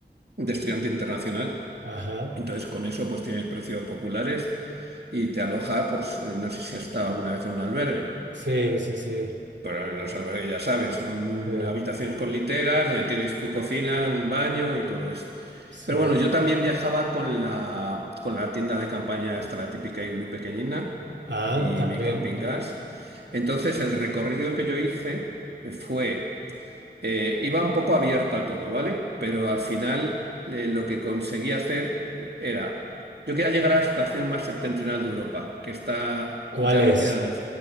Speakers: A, on the right (about 65°); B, on the right (about 85°).
A: de estudiante internacional.
B: Ajá.
A: Entonces, con eso, pues tienes precios populares y te aloja, pues eh, no sé si has estado alguna vez en un albergue,
B: Sí, sí, sí.
A: pero en los albergues ya sabes, son
B: Sí,
A: habitaciones con literas, donde tienes tu cocina, un baño y todo esto.
B: sí.
A: Pero bueno, yo también viajaba con la, con la tienda de campaña, esta la típica iglú pequeñina
B: Ah,
A: y
B: también.
A: mi camping gas. Entonces, el recorrido que yo hice fue eh, iba un poco abierto a todo, ¿vale? Pero al final eh, lo que conseguía hacer era, yo quería llegar a la estación más septentrional de Europa, que está
B: ¿Cuál
A: ya
B: es?
A: metida en el,